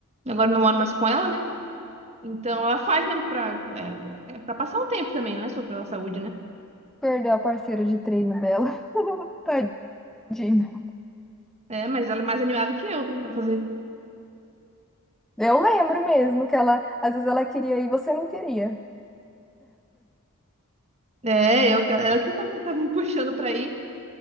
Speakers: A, on the right; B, in the centre.
A: Agora eu não moro mais com ela, né? Então ela faz mesmo pra, é, é pra passar o tempo também, não é só pela saúde, né?
B: Perdeu a parceira de treino dela. <laughs> Tadinha.
A: É, mas ela é mais animada que eu pra fazer.
B: Eu lembro mesmo que ela, às vezes ela queria ir e você não queria.
A: É, eu, ela que tá, tá me puxando pra ir.